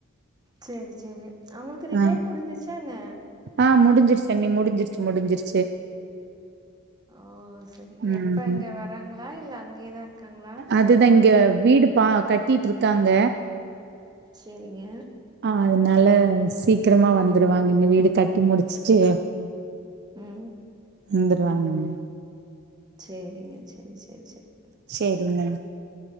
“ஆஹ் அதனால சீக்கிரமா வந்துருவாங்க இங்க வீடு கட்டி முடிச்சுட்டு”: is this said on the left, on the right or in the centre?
Right